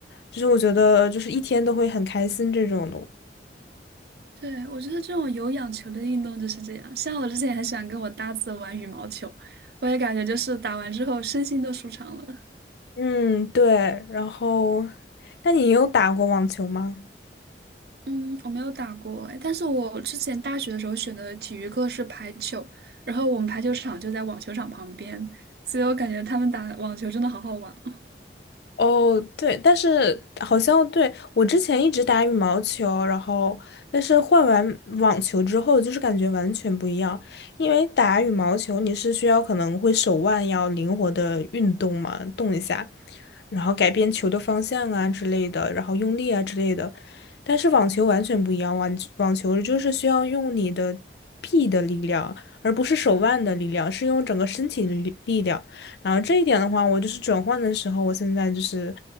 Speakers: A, on the left; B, on the right.
A: 就是我觉得就是一天都会很开心这种的。
B: 对，我觉得这种有氧球的运动就是这样，像我之前也很喜欢跟我搭子玩羽毛球，我也感觉就是打完之后身心都舒畅了。
A: 嗯，对。然后，那你有打过网球吗？
B: 嗯，我没有打过哎，但是我之前大学的时候选的体育课是排球，然后我们排球场就在网球场旁边，所以我感觉他们打网球真的好好玩。<laughs>
A: 哦，对，但是好像对，我之前一直打羽毛球，然后但是换完网球之后，就是感觉完全不一样。因为打羽毛球你是需要可能会手腕要灵活的运动嘛，动一下，然后改变球的方向啊之类的，然后用力啊之类的。但是网球完全不一样，网网球就是需要用你的臂的力量，而不是手腕的力量，是用整个身体的力力量。然后这一点的话，我就是转换的时候，我现在就是